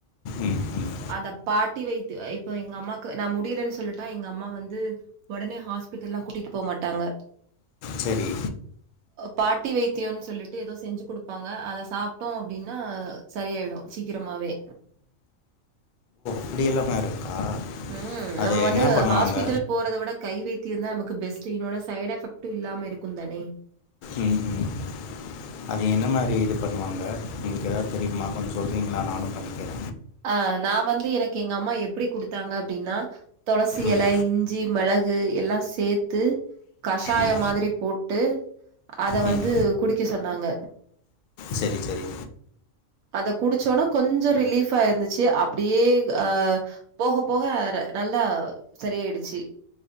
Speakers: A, on the left (about 70°); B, on the right (about 85°).
A: ம் ம்
B: அந்த பாட்டி வைத் இப்ப எங்க அம்மாக்கு நா முடிலன் சொல்லிட்டா எங்க அம்மா வந்து ஒடனே ஹாஸ்பிட்டல்லா கூட்டிட்டு போ மாட்டாங்க
A: செரி
B: பாட்டி வைத்தியோன் சொல்லிட்டு எதோ செஞ்சு குடுப்பாங்க அத சாப்ட்டோ அப்டீனா சரியாயிடு சீக்கிரமாவே
A: அப்டி எல்லாம இருக்கா
B: ம்
A: அது
B: நம்ம வந்து
A: என்ன பண்ணுவாங்க
B: ஹாஸ்பிட்டல் போறத விட கை வைத்தியோ தா நமக்கு பெஸ்ட்டு இன்னொன்னு சைட் எஃபெக்டு இல்லாம இருக்குந்தானே
A: ம் ம் அது என்ன மாரி இது பண்ணுவாங்க உங்குளுக்கு எதாது தெரியுமா கொஞ்சோ சொல்கிறீங்களா நானு பண்ணிக்கிறே
B: அ நா வந்து எனக்கு எங்கம்மா எப்டி குடுத்தாங்க அப்டின்னா தொளசி
A: ம்
B: எல இஞ்சி மெளகு எல்லா சேத்து கஷாயம்
A: ம்
B: மாதிரி போட்டு அத
A: ம்
B: வந்து குடிக்க சொன்னாங்க
A: செரி செரி
B: அத குடிச்சோனா கொஞ்சோ ரிலீஃபா இருந்துச்சு அப் அப்டியே அ போக போக ர நல்லா சரியாயிடுச்சு